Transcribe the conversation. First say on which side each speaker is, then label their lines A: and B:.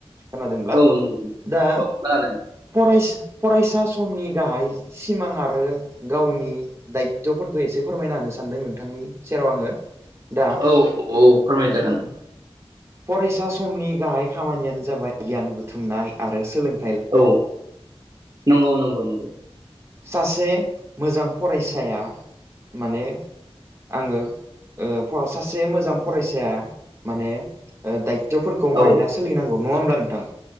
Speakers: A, on the right (about 25°); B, on the right (about 45°).
A: खोनादोंब्ला
B: औ नंगौ औ
A: दा
B: खोनादों
A: फरायसा फरायसा समनि गाहाइ सिमां आरो गावनि दायथ'फोरखौ एसे फोरमायना होनो सानदों नोंथ थांनि सेराव आङो। दा
B: औ औ फोरमाय जागोन।
A: फरायसा समनि गाहाइ खामानियानो जाबाय गियान बुथुमनाय आरो सोलों
B: औ नंगौ नंगौ नंगौ।
A: सासे मोजां फरायसाया माने आङो ओ फ-सासे मोजां फरायसाया माने दायत त'फोरखौ मानिना
B: औ
A: सोलिनांगौ। नङा ओमब्ला नोंथां?